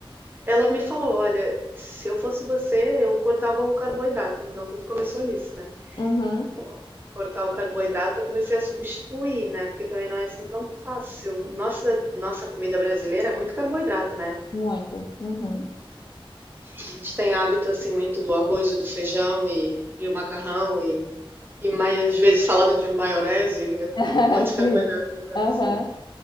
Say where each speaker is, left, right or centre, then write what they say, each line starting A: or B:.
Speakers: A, on the right (about 20°); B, on the left (about 50°).
A: ela me falou, olha, se eu fosse você, eu cortava o carboidrato. Então tudo começou nisso, né?
B: uhum,
A: Bom, cortar o carboidrato eu comecei a substituir, né? Porque também não é assim tão fácil. Nossa, nossa comida brasileira é muito carboidrato, né?
B: muito. Uhum.
A: A gente tem hábito assim muito do arroz e do feijão e, e o macarrão e, e mais às vezes salada de maionese,
B: <laughs>
A: um monte de carboidrato
B: Sim.
A: num prato
B: Aham.
A: só.